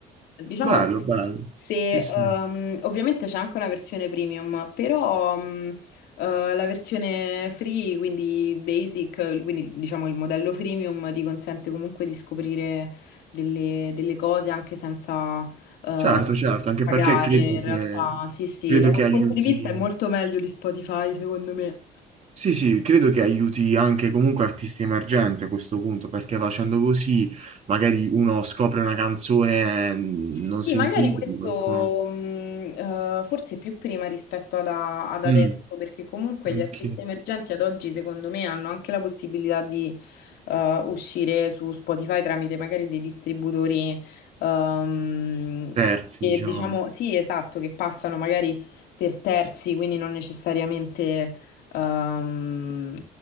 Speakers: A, on the left (about 80°); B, on the right (about 40°).
A: Diciamo
B: bello,
A: che
B: bello,
A: se
B: sì, sì.
A: ehm, ovviamente c'è anche una versione premium, però mh, eh, la versione free, quindi basic, quindi diciamo il modello freemium ti consente comunque di scoprire delle delle cose anche senza eh,
B: Certo, certo, anche
A: pagare
B: perché credo
A: in
B: che,
A: realtà. Sì, sì,
B: credo
A: da quel
B: che aiuti,
A: punto di vista è molto meglio di Spotify, secondo me.
B: sì, sì, credo che aiuti anche comunque artisti emergenti a questo punto, perché facendo così magari uno scopre una canzone mm, non
A: Sì,
B: sentita
A: magari questo
B: di qualcuno.
A: mh, eh, forse più prima rispetto ad, a- ad adesso,
B: Mm,
A: perché comunque
B: ok,
A: gli artisti emergenti ad oggi, secondo me, hanno anche la possibilità di eh, uscire su Spotify tramite magari dei distributori ehm,
B: terzi,
A: che
B: diciamo.
A: diciamo, sì, esatto, che passano magari per terzi, quindi non necessariamente ehm,